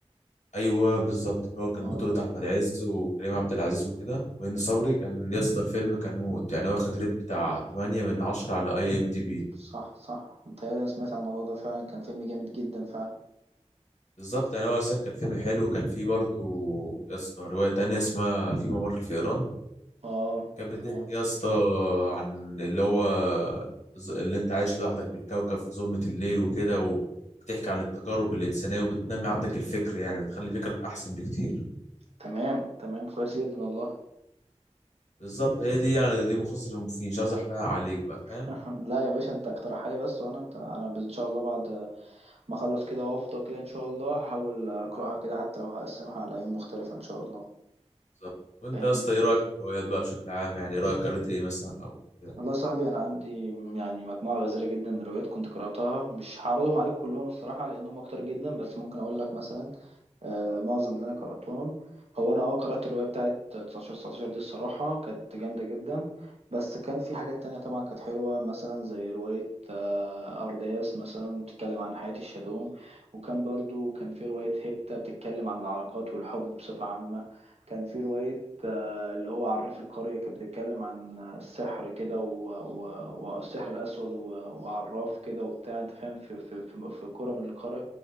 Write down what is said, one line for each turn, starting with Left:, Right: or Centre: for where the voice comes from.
Left: ايوه بالظبط اللي هو كان
Right: اه
Left: بطولة احمد عز وكريم عبد العزيز وكده وهند صبري
Right: اه
Left: كان يا اسطى الفيلم كان موت يعني واخد ريت بتاع 8 من 10 على اي ام دي بي
Right: صح صح متهيألي انا سمعت عن الموضوع ده فعلا كان فيلم جامد جدا فعلا
Left: بالظبط يعني هو اصلا كان فيلم حلو وكان فيه برضه يا اسطى رواية تانية اسمها في ممر الفئران
Right: اه
Left: كانت بتحكي
Right: تمام
Left: يا اسطى عن اللي هو ز- اللي انت عايش لوحدك في الكوكب في ظلمة الليل وكده و... بتحكي عن التجارب الإنسانية وبتنمي عندك الفكر يعني بتخلي فكرك أحسن بكتير
Right: تمام تمام كويس جدا والله
Left: بالظبط هي دي يعني دي مختصر المفيد مش عايز أحرقها عليك بقى فاهم
Right: <laughs> لا يا باشا انت اقترحها لي بس وانا انت انا ان شاء الله بعد ما اخلص كده وافضى كده ان شاء الله هحاول اقراها كده حتى لو هقسمها على ايام مختلفة ان شاء الله
Left: بالظبط وانت
Right: فاهمني
Left: يا اسطى ايه رايك في الروايات بقى بشكل عام يعني رايك <laughs> قريت ايه مثلا او كده
Right: والله يا صاحبي انا عندي يعني مجموعه غزيره جدا من الروايات كنت قراتها مش هعرضهم عليك كلهم الصراحه لانهم اكتر جدا بس ممكن اقول لك مثلا آه، معظم اللي انا قراتهم هو انا اه قرات الروايه بتاعت 19 19 دي الصراحه كانت جامده جدا بس كان في حاجات تانية طبعا كانت حلوه مثلا زي روايه آه، ارداس مثلا بتتكلم عن حياه الشادوم وكان برضو كان في روايه هيبتا بتتكلم عن العلاقات والحب بصفه عامه كان في روايه آه، اللي هو عرف القريه كانت بتتكلم عن السحر كده و- و- والسحر الاسود و- وعراف كده وبتاع انت فاهم في في في في قرى من القرى